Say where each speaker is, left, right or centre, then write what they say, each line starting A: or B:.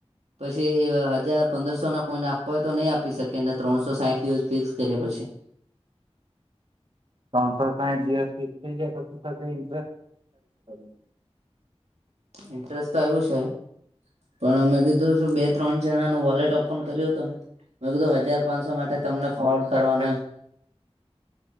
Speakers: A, on the right (about 75°); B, on the right (about 50°).
A: પછી હજાર પંદરસો ના કોઈને આપવા હોય તો નહી આપી શકેને ત્રણસો સાઠ દિવસ ફિક્સ કરએ પછી.
B: ત્રનસો સાઈટ દીવસ થી <unintelligible>
A: ઇન્ટરેસ્ટ તો આવું છે. પણ અમે કીધું બે ત્રણ જણા ન વોલેટ ઓપન કર્યું હત ને. મેં કીધું હજાર પાંચસો માટે તમને ફોન
B: અવાજ
A: કરવાનોમ.
B: કટ થાય છે.